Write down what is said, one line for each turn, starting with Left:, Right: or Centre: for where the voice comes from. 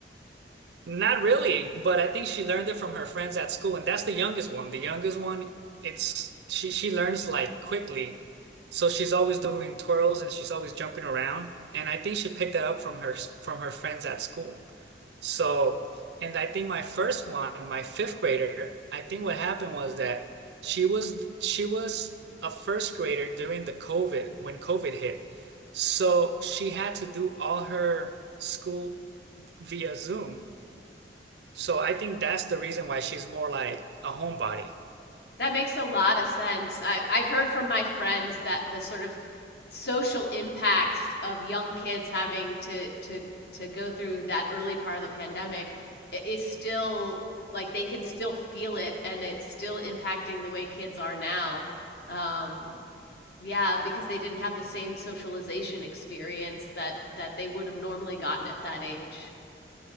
Right: Not really, but I think she learned it from her friends at school, and that's the youngest one. The youngest one, it's she she learns like quickly. So she's always doing twirls and she's always jumping around, and I think she picked that up from her from her friends at school. So, and I think my first one, my fifth grader, I think what happened was that she was she was a first grader during the COVID when COVID hit. So she had to do all her school via Zoom. So I think that's the reason why she's more like a homebody.
Left: That makes a lot of sense. I, I've heard from my friends that the sort of social impacts of young kids having to to to go through that early part of the pandemic i- is still like they can still feel it and it's still impacting the way kids are now. Um, yeah, because they didn't have the same socialization experience that that they would have normally gotten at that age.